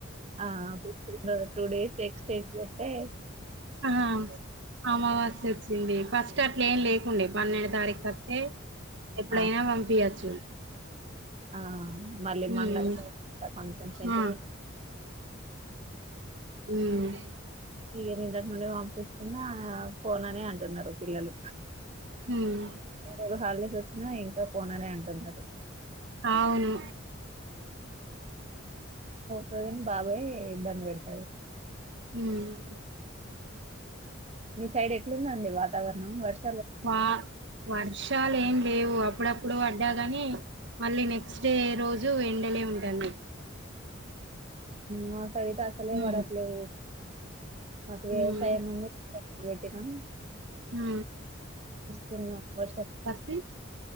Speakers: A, on the right (about 35°); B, on the right (about 65°).
A: ఆ టూ డేస్ ఎక్స్టెంట్ అంటే
B: ఆ అమావాస్య వచ్చింది ఫస్ట్ అట్లే ఏం లేకుండే పన్నెండు తారీఖు వార్కే ఎప్పుడైనా
A: ఆ
B: పంపియచ్చు
A: ఆ మళ్ళీ
B: ఉమ్
A: మంగళవారం కొంచెం సెంటిమ
B: ఆ అమ్మ్
A: ఇగా నిన్నటినుండి పంపిస్తున్న ఫోన్ అనే అంటున్నారు పిల్లలు
B: ఉమ్
A: మూడు రోజులు హాలిడేస్ వచ్చినా ఇంకా పోననే అంటున్నారు
B: అవును
A: ప్రెసెంట్ బాగే ఇబ్బంది పెడతారు
B: హ్మ్
A: మీ సైడ్ ఎట్లుందండి వాతావరణం వర్ష
B: వా వర్షాలు ఏం లేవు అప్పుడపుడు ప్పుడు పడ్డాగాని మళ్ళీ నెక్స్ట్ డే రోజు ఎండలే ఉంటుంది
A: మా సైడు అసలే
B: ఉమ్
A: పడట్లేవు మాకు వ్యవసాయం
B: ఉమ్
A: ఉన్న ఇవటినం
B: హ
A: స్తు వర్ష
B: పత్తి